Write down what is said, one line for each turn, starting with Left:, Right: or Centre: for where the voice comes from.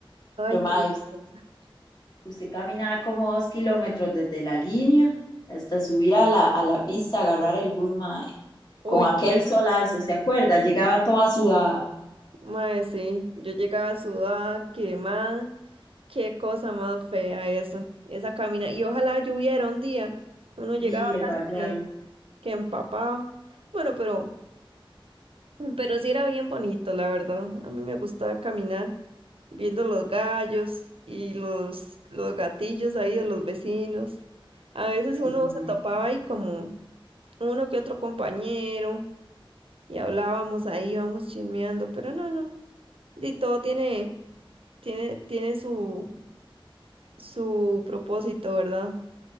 Right: Ay,
Left: pero mae,
Right: qué...
Left: us-
Right: deliciosa.
Left: usted caminaba como dos kilómetros desde la línea hasta subir a la, a la pista, agarrar el bus, mae,
Right: Uy,
Left: con aquel solazo, ¿se acuerda? Llegaba toda sudada.
Right: Mae, sí, yo llegaba sudada, quemada. Qué cosa más fea eso, esa camina. Y ojalá lloviera un día. Uno llegaba
Left: Sí, el
Right: casi
Left: barrial,
Right: que, que empapado. Bueno, pero, pero sí era bien bonito, la verdad. A mí me gustaba caminar viendo los gallos y los, los gatillos ahí de los vecinos. A veces
Left: sí,
Right: uno
Left: mae.
Right: se topaba ahí como uno que otro compañero y hablábamos ahí, íbamos chismeando, pero no, no. Y todo tiene Tiene, tiene su, su propósito, ¿verdad?